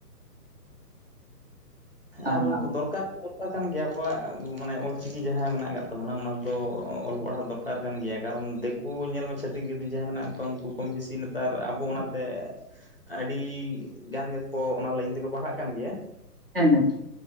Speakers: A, on the right; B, on the left.
A: ᱟᱸ
B: ᱟᱨ ᱫᱚᱨᱠᱟᱨ ᱠᱟᱱ ᱜᱮᱭᱟ ᱟᱵᱚᱣᱟᱜ ᱢᱟᱱᱮ ᱚᱞ ᱪᱤᱠᱤ ᱡᱟᱦᱟᱸ ᱢᱮᱱᱟᱜ ᱟᱠᱟᱫ ᱛᱟᱵᱚᱱᱟ ᱚᱱᱟᱫᱚ ᱚᱞ ᱯᱟᱲᱦᱟᱣ ᱫᱚᱨᱠᱟᱨ ᱠᱟᱱ ᱜᱮᱭᱟ ᱠᱟᱨᱚᱱ ᱫᱤᱠᱩ ᱧᱮᱞ ᱢᱮ ᱪᱷᱟᱹᱛᱤᱠ ᱡᱟᱛᱤ ᱡᱟᱦᱟᱸᱭ ᱢᱮᱱᱟᱜ ᱠᱚᱣᱟ ᱩᱱᱠᱩ ᱠᱚᱢ ᱵᱮᱥᱤ ᱱᱮᱛᱟᱨ ᱟᱵᱚ ᱚᱱᱟᱛᱮ ᱟᱹᱰᱤ ᱜᱟᱱ ᱜᱮᱠᱚ ᱚᱱᱟ ᱞᱟᱭᱤᱱ ᱛᱮᱠᱚ ᱯᱟᱲᱦᱟᱜ ᱠᱟᱱ ᱜᱮᱭᱟ
A: ᱦᱮᱸ ᱦᱮᱸ